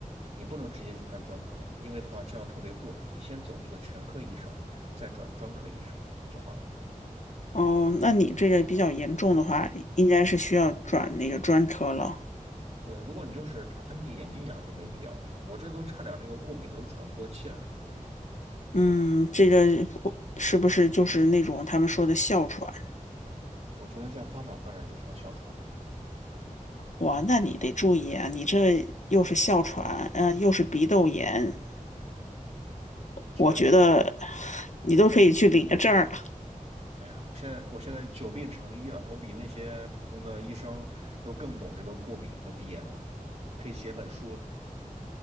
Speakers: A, on the right; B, on the left.
A: 你不能直接去看专科，因为的话这样特别贵。你先走那个全科医生，再转专科医生就好了。
B: 哦，那你这个比较严重的话，应该是需要转那个专科了。
A: 对，如果你就是打喷嚏、眼睛痒就没必要了。我这都差点那个过敏的都喘不过气来了。
B: 嗯，这个是不是就是那种他们说的哮喘？
A: 我觉得再发展发展就成哮喘了。嗯。
B: 哇，那你得注意啊，你这又是哮喘，嗯、又是鼻窦炎，
A: 这个只能，
B: 我觉得你都可以去领个证儿了。
A: 哎呀，我现在我现在久病成医了，我比那些普通的医生都更懂这个过敏和鼻炎了，可以写本书了。